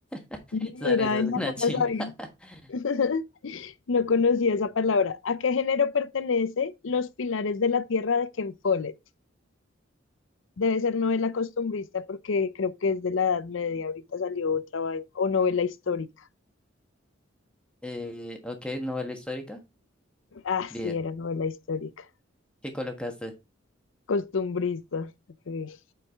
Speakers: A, in the centre; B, on the left.
A: <laughs>
B: Mira,
A: esa risa
B: esa
A: es una
B: no
A: chimba.
B: la sabía.
A: <laughs>
B: <laughs> No conocía esa palabra. ¿A qué género pertenece Los Pilares de la Tierra de Ken Follett? Debe ser novela costumbrista porque creo que es de la Edad Media. Ahorita salió otra vaina. O novela histórica.
A: Eh, ok, novela histórica.
B: Ah, sí,
A: Bien,
B: era novela histórica.
A: ¿qué colocaste?
B: Costumbrista. ok.